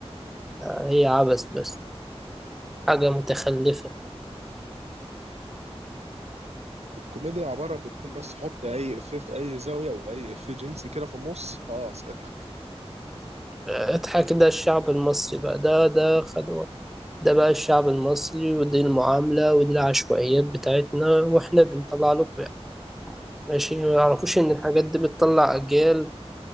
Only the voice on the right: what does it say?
الكوميديا عباره بتكون بس حط اي افيه في اي زاويه واي افيه جنسي كده في النص خلاص اضحك